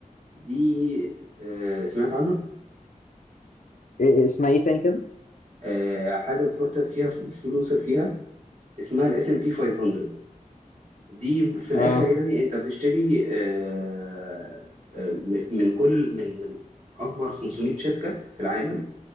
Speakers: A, on the right (about 50°); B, on the left (about 70°).
A: دي آه، سمعت عنها
B: إيه اسمها ايه تاني كده؟
A: آه، حاجه بتحط فيها ف- فلوسك فيها اسمها الاس ام بي 500 دي في الاخر
B: اه
A: يعني انت بتشتري آه، آه، م- من كل من من اكبر 500 شركه في العالم